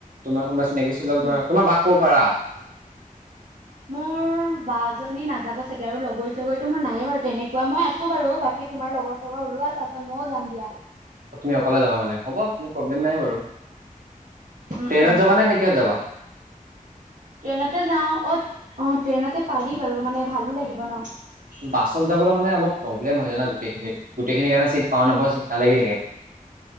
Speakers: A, on the right; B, on the right.
A: তোমাৰ কোনোবা চিনাকি আছে যদি লগ
B: উম
A: ধৰা তোমাৰ বাক ক'ব পাৰা।
B: মোৰ বা জনী নাযাব চাগে আৰু লগৰ চগৰী মোৰ নায়েই বাৰু তেনেকুৱা মই আছো বাৰু বাকী তোমাৰ লগৰ চগৰ ওলোৱা তাৰ পাছত মও যাম দিয়া।
A: তুমি অকলে যাবা মানে হ'ব মোৰ প্ৰব্লেম নাই বাৰু।
B: উম
A: ট্ৰেইনত
B: উম
A: যাবা নে নে কিহত যাবা?
B: ট্ৰেইনতে যাও অ অ ট্ৰেইনতে পাৰি বাৰু মানে ভালো লাগিব ন।
A: বাছত যাবলৈ মানে অলপ প্ৰব্লেম হয় জানা গোটেইখিনিত গোটেইখিনিৰ কাৰণে চিট পাওঁ নাপাওঁ চিন্তা লাগি থাকে।